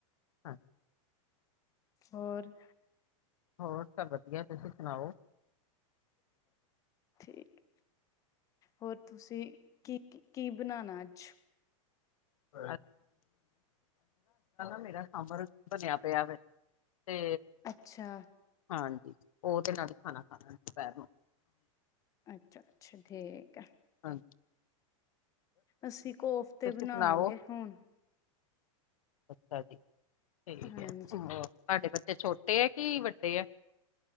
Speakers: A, on the left; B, on the left.
A: ਹਾਂ
B: ਹੋਰ?
A: ਹੋਰ ਸਬ ਵਦੀਆ, ਤੁਸੀ ਸੁਨਾਓ?
B: ਠੀਕ, ਹੋਰ ਤੁਸੀਂ ਕੀ, ਕੀ ਬਨਾਨਾ ਆੱਜ?
A: <inaudible> ਮੇਰਾ ਸਾੰਬਰ ਬਨੇਆ ਪੇਆ ਵੇ ਤੇ
B: ਅੱਛਾ
A: ਹਾਂਜੀ, ਓਦੇ ਨਾਲ ਈ ਖਾਨਾ ਖਾਨਾ
B: ਅੱਛਾ ਅੱਛਾ ਠੀਕ ਆ
A: ਐ। <inaudible>
B: ਅਸੀਂ ਕੋਫਤੇ
A: ਤੁਸੀਂ
B: ਬਣਾਵਾਂਗੇ
A: ਸੁਣਾਓ
B: ਹੋਣ।
A: ਅੱਛਾ ਜੀ, ਠੀਕ
B: ਹਾਂਜੀ
A: ਐ। ਤੁਹਾਡੇ ਬੱਚੇ ਛੋਟੇ ਐ ਕਿ ਵੱਡੇ ਐ?